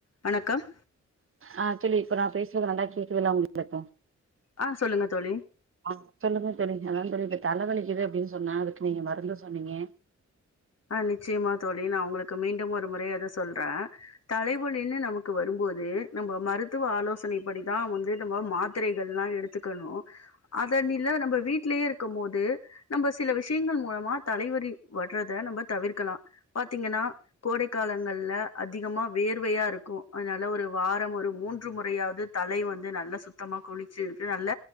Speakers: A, on the left; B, on the right.
A: வணக்கம்
B: ஆ தோழி இப்போ நா பேசுறது நல்லா கேக்குதுல உங்களுக்கு
A: அ சொல்லுங்க தோழி
B: ஆ சொல்லுங்க தோழி அதா தோழி இப்ப தலவலிக்குது அப்டின்னு சொன்னே அதுக்கு நீங்க மருந்து சொன்னீங்க
A: ஆ நிச்சயமா தோழி நா உங்களுக்கு மீண்டும் ஒரு முறை அத சொல்றே தலைவலியினு நமக்கு வரும்போது நம்ப மருத்துவ ஆலோசனைப்படிதா வந்து நம்ம மாத்திரைகள் எல்லாம் எடுத் த்துக்கணும் அதனில நம்ம வீட்லயே இருக்கும் போது நம்ப சில விஷயங்கள் மூலமா தலைவலி வரத நம்ம தவிர்க்கலா பாத்தீங்கனா கோடை காலங்கல்ல அதிகமா வேர்வையா இருக்கு அதனால ஒரு வாரம் ஒரு மூன்று முறையாது தலை வந்து நல்லா சுத்தமா குளிச்சு இருக்கு நல்ல